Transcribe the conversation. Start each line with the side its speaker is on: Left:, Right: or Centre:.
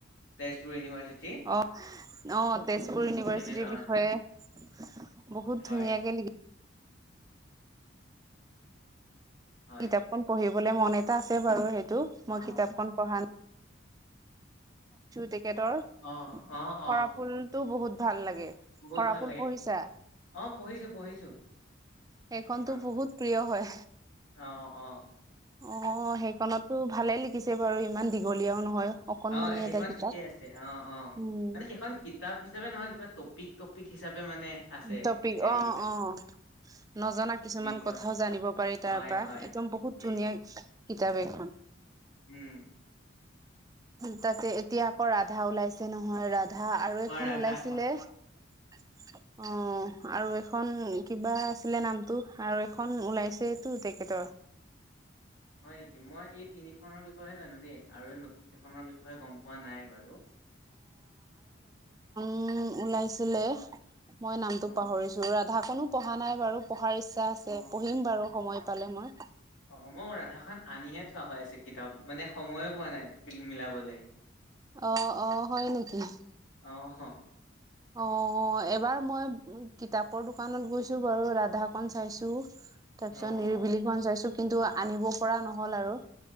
Left: তেজপুৰ ইউনিভাৰ্চিটি।
Right: অ অ' তেজপুৰ ইউনিভাৰ্চিটিৰ
Left: তেনেকুৱা
Right: বিষয়ে বহুত
Left: হয়
Right: ধুনীয়াকে লিখি
Left: হয়।
Right: কিতাপখন পঢ়িবলে মন এটা আছে বাৰু সেইটো মই
Left: অ',
Right: কিতাপখন পঢ়া ন' তেখেতৰ
Left: অ',
Right: সৰা
Left: অ', অ',
Right: ফুলতটো বহুত ভাল লাগে।
Left: বহুত
Right: সৰাফুল
Left: ভাল লাগে
Right: পঢ়িছা
Left: অ' পঢ়িছো, পঢ়িছো।
Right: সেইখনতো
Left: সেইখন।
Right: বহুত প্ৰিয় হয়।
Left: অ', অ',
Right: অ' সেইখনতো ভালে লিখিছে বাৰু ইমান দীঘলীয়াও নহয়। অকনমানি
Left: অ' সেইখন
Right: এটা কিতাপ
Left: ঠিকে আছে। অ', -অ'
Right: উম
Left: মানে সেইখন কিতাপ হিচাপে নহয়, কিবা টপিক, টপিক হিচাপে মানে আছে
Right: টপিক
Left: হেৰিকেইটা
Right: অ', -অ'। নজনা কিছুমান
Left: বিষয়।
Right: কথাও জানিব পাৰি তাৰ
Left: হয়,
Right: পৰা
Left: হয়,
Right: একদম বহুত
Left: সেইটোৱে।
Right: ধুনীয়া। কিতাপ এইখন।
Left: উম,
Right: তাতে এতিয়া আকৌ ৰাধা ওলাইছে নহয় ৰাধা। ৰাধা আৰু এখন
Left: অ', ৰাধাখন
Right: ওলাইছিলে অ' আৰু এখন কিবা আছিলে নামটো আৰু এখন ওলাইছেটো তেখেতৰ
Left: হয় নেকি মই এই তিনিখনৰ বিষয়েহে জানো দেই আৰু নতুনখনৰ বিষয়ে গম পোৱা নাই বাৰু
Right: উম ওলাইছিলে মই নামটো
Left: অ',
Right: পাহৰিছো ৰাধা খনো পঢ়া নাই বাৰু পঢ়াৰ ইচ্ছা আছে
Left: অ',
Right: পঢ়িম বাৰু সময়
Left: অ',
Right: পালে মই
Left: অ', মই ৰাধাখন আনিহে থোৱা হৈ আছে কিতাপ মানে সময়ে পোৱা নাই মিলাবলৈ
Right: অ', - অ', হয় নেকি।
Left: অ', অ',
Right: অ', এবাৰ মই কিতাপৰ দোকানত গৈছো বাৰু ৰাধা খন চাইছো। তাৰ পিছত
Left: অ',
Right: নিৰিবিলিখন চাইছো কিন্তু আনিব পৰা নহ'ল আৰু